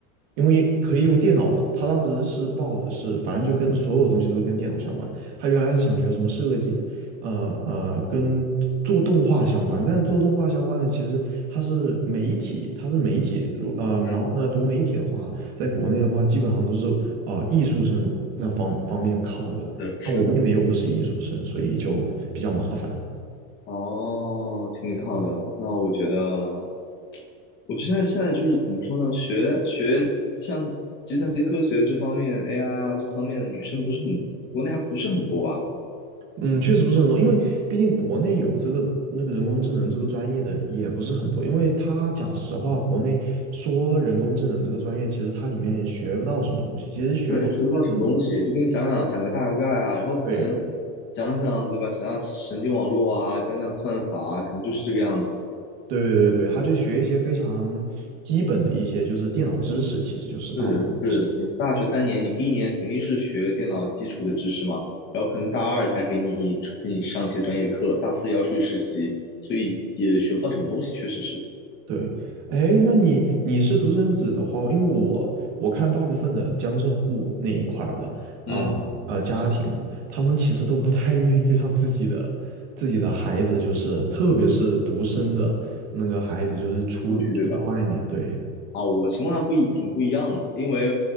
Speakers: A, on the right (about 40°); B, on the left (about 25°).
A: 因为可以用电脑嘛，他当时是报的是，反正就跟所有东西都跟电脑相关。他原来是想学什么设计，呃呃，跟做动画相关，但是做动画相关的其实他是媒体，他是媒体，如呃，然后呢，
B: 嗯，
A: 读媒体的话，在国内的话，基本上都是啊、艺术生那方方面靠的，
B: 是是的。
A: 那我妹妹又不是艺术生，所以就比较麻烦。
B: 哦，挺好的。那我觉得，我现在现在就是怎么说呢？学学像计算机科学这方面 AI 啊这方面的女生不是很，国内还不是很多吧？
A: 嗯，确实不是很多，因为毕竟国内有这个那个人工智能这个专业的也不是很多，因为他讲实话，国内说人工智能这个专业，其实它里面也学不到什么东西，其实学的都是一些很多，
B: 对，还学不到什么东西，就跟你讲讲讲个大概啊，然后可能
A: 对
B: 讲讲对吧，讲讲神经网络啊，讲讲算法啊，可能就是这个样子。
A: 对对对，他就学一些非常基本的一些就是电脑知识，其实就是大部分都是。
B: 是是，你大学三年，你第一年肯定是学电脑基础的知识嘛，然后可能大二才给你给你上一些专业课，大四也要出去实习，所以也学不到什么东西，确实是。
A: 对，哎，那你你是独生子的话，因为我我看大部分的江浙沪那一块儿的啊啊、
B: 嗯，
A: 家庭，他们其实都不太愿意让自己的自己的孩子，就是特别是独生的那个孩子，就是出出去外面。
B: 出去对吧？
A: 对，
B: 啊，我情况还不一挺不一样的，因为